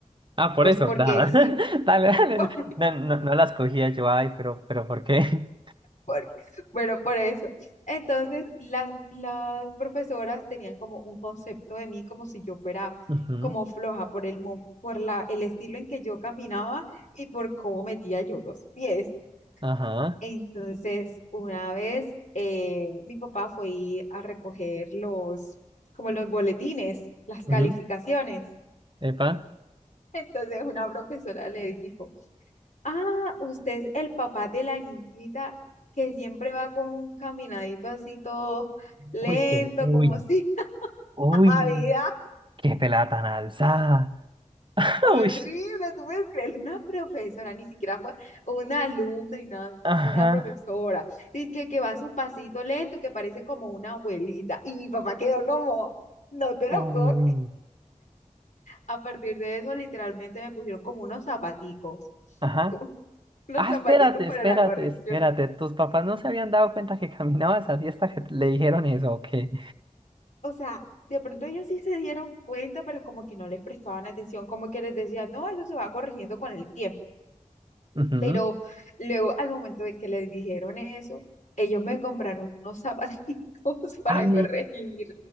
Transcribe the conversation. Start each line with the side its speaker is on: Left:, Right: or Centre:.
Right: Ah, por
Left: pues,
Right: eso,
Left: porque
Right: nada.
Left: sí,
Right: <laughs> Dale, dale.
Left: <laughs> por,
Right: No, no, no las cogía yo, ay, pero, pero ¿por qué?
Left: porque, bueno, por eso. Entonces, las, las profesoras tenían como un concepto de mí como si yo fuera
Right: <laughs> Ujú,
Left: como floja por el, mo- por la, el estilo en que yo caminaba y por cómo metía yo los pies.
Right: Ajá.
Left: Entonces, una vez eh, mi papá fue ir a recoger los, como los boletines, las
Right: ujú,
Left: calificaciones.
Right: Epa.
Left: <laughs> Entonces, una profesora le dijo, ah, usted es el papá de la niñita que siempre va con un caminadito así todo lento,
Right: Uy, qué, uy,
Left: como si <laughs>
Right: uy,
Left: nada
Right: qué pelada tan alzada. <laughs>
Left: Horrible,
Right: Uy.
Left: tú puedes creer, una profesora, ni siquiera fue una alumna ni nada, sino
Right: Ajá.
Left: una profesora, dice que, que va a su pasito lento, que parece como una abuelita, y mi papá quedó como, no te lo
Right: Uy.
Left: puedo, a partir de eso literalmente me pusieron como unos zapaticos,
Right: Ajá.
Left: como <laughs> unos
Right: Ah,
Left: zapaticos
Right: espérate,
Left: para
Right: espérate,
Left: la corrección,
Right: espérate. ¿Tus papás no se habían dado cuenta que caminabas así hasta que le dijeron eso o qué?
Left: o sea, de pronto ellos sí se dieron cuenta, pero como que no les prestaban atención, como que les decían, no, eso se va corrigiendo con el tiempo
Right: Ujú.
Left: Pero luego, al momento de que les dijeron eso, ellos me compraron unos zapatitos <laughs> para
Right: Ay,
Left: corregir